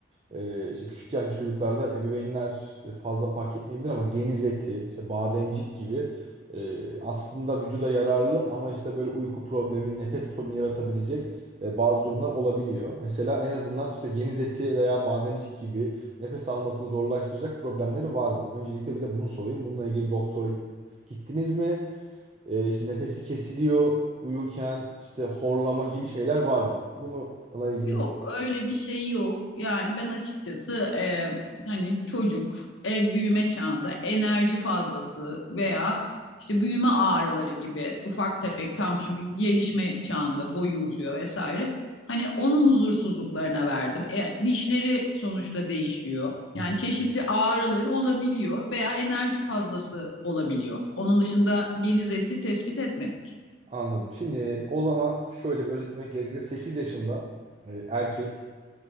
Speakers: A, on the right (about 30°); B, on the left (about 80°).
A: ee, işte küçük yaşlı çocuklarda ebeveynler fazla fark etmeyebilir ama geniz eti, işte bademcik gibi e, aslında vücuda yararlı ama işte böyle uyku problemi, nefes problemi yaratabilecek e, bazı durumlar olabiliyor. Mesela en azından işte geniz eti veya bademcik gibi nefes almasını zorlaştıracak problemleri var mı? Öncelikle bir de bunu sorayım. Bununla ilgili bir doktora gittiniz mi? E, işte nefesi kesiliyor uyurken işte horlama gibi şeyler var mı? Bununla ilgili
B: Yok
A: bir...
B: öyle bir şey yok. Yani ben açıkçası e, hani çocuk en büyüme çağında enerji fazlası veya işte büyüme ağrıları gibi ufak tefek tam çünkü gelişme çağında boyu uzuyor vesaire. Hani onun huzursuzluklarına verdim. E, dişleri sonuçta değişiyor.
A: Hı.
B: Yani çeşitli ağrıları olabiliyor veya enerji fazlası olabiliyor. Onun dışında geniz eti tespit etmedik.
A: Anladım. Şimdi e, o zaman şöyle bir özetlemek gerekirse 8 yaşında e, erkek